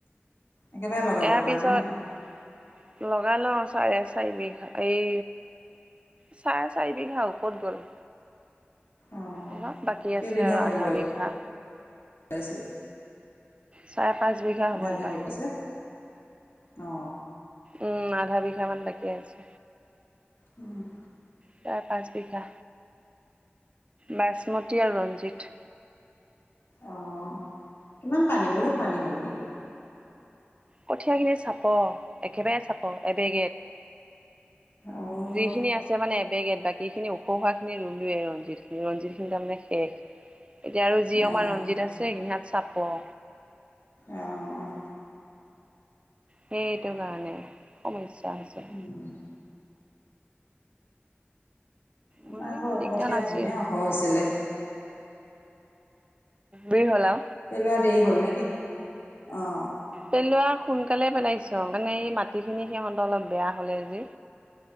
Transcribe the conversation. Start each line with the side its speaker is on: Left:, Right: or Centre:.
Left: একেবাৰে লগাব
Right: ইয়াৰ
Left: পৰা
Right: পিছত
Left: নাই নেকি?
Right: লগাই লওঁ চাৰে চাৰি বিঘা এই চাৰে চাৰি বিঘা ওপৰত গ'ল।
Left: অ',
Right: অলপ বাকী
Left: কেইবিঘা
Right: আছে আৰু
Left: কৰিব
Right: আধাৰ বিঘা।
Left: <unintelligible>
Right: চাৰে পাঁচ
Left: আধা
Right: হ'ব এইবাৰ
Left: বিঘা বাকী আছে। অ।
Right: উম আধা বিঘা মান বাকী আছে।
Left: উম।
Right: তাৰ পাঁচ বিঘা বাচমতী আৰু ৰঞ্জিত।
Left: অ', কিমান পানী বহুত পানী হ'ল নেকি?
Right: কঠিয়া খিনি চাপৰ একেবাৰে চাব এবেগেত।
Left: অ',
Right: যিখিনি আছে আছে মানে এবেগেত বাকীখিনি ওখ হোৱা খিনি ৰুলোৱে ৰঞ্জিত খিনি ৰঞ্জিত খিনি তাৰমানে শেষ। এতিয়া আৰু যি
Left: অ',
Right: আমাৰ ৰঞ্জিত আছে সেইখিনি হাত চাপৰ।
Left: অ'।
Right: সেইটো কাৰণে সমস্যা হৈছে।
Left: উম, আমাৰ
Right: নহ'লে
Left: আকৌ
Right: ইমান দিগদাৰ
Left: কঠীয়া
Right: নাছিল
Left: ধুনীয়া ওখ হৈছিলে।
Right: বিৰ হ'লা।
Left: পেলোৱা দেৰি হ'ল নে কি অ'।
Right: পেলোৱা আৰু সোনকালে পেলাইছ মানে এই মাটি খিনি সিহঁত অলপ বেয়া হলে যি।